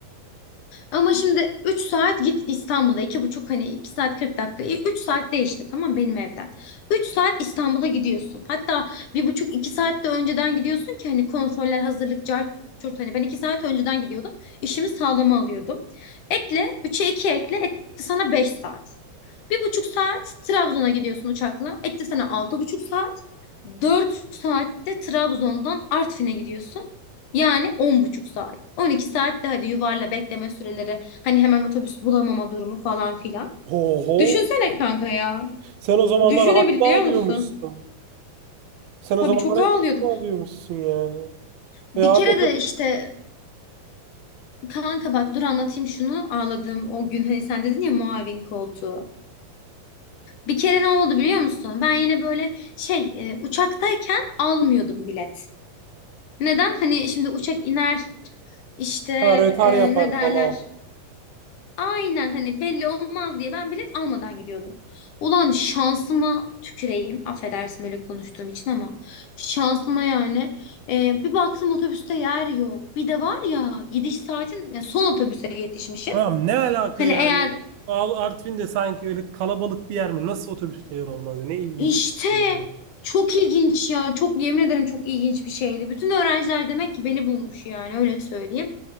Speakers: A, on the left; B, on the right.
A: Ama şimdi 3 saat git İstanbul'a. iki buçuk hani 2 saat 40 dakika. e, üç saat değişti tamam benim evden. üç saat İstanbul'a gidiyorsun. Hatta 1,5-2 saat de önceden gidiyorsun ki hani kontroller hazırlık cart curt hani ben 2 saat önceden gidiyordum. İşimi sağlama alıyordum. Ekle 3'e 2 ekle etti sana 5 saat. Bir buçuk saat Trabzon'a gidiyorsun uçakla. Etti sana altı buçuk saat. Dört saatte Trabzon'dan Artvin'e gidiyorsun. Yani on buçuk saat. On iki saat de hadi yuvarla bekleme süreleri. Hani hemen otobüs bulamama durumu falan filan.
B: Oho.
A: Düşünsene kanka ya.
B: Sen o zamanlar
A: Düşünebiliyor
B: haklı alıyormuşsun.
A: musun?
B: Sen o
A: Tabii
B: zamanlar
A: çok
B: hep
A: ağlıyordum.
B: haklı alıyormuşsun yani.
A: Bir
B: E abi
A: kere
B: otobüs
A: de işte kanka bak dur anlatayım şunu ağladığım o gün hani sen dedin ya muavin koltuğu. Bir kere ne oldu biliyor musun? Ben yine böyle şey e, uçaktayken almıyordum bilet. Neden? Hani şimdi uçak iner işte
B: ha, rötar
A: e,
B: yapar
A: ne derler?
B: falan.
A: Aynen hani belli olmaz diye ben bilet almadan gidiyordum. Ulan şansıma tüküreyim. Affedersin böyle konuştuğum için ama şansıma yani. E, bir baktım otobüste yer yok. Bir de var ya gidiş saatin yani son otobüse yetişmişiz.
B: Tamam ne alaka
A: Hani
B: yani?
A: eğer
B: Al Artvin de sanki öyle kalabalık bir yer mi? Nasıl otobüste yer olmaz? Ne ilginç
A: işte
B: bir şey ya.
A: çok ilginç ya çok yemin ederim çok ilginç bir şeydi. Bütün öğrenciler demek ki beni bulmuş yani öyle söyleyeyim.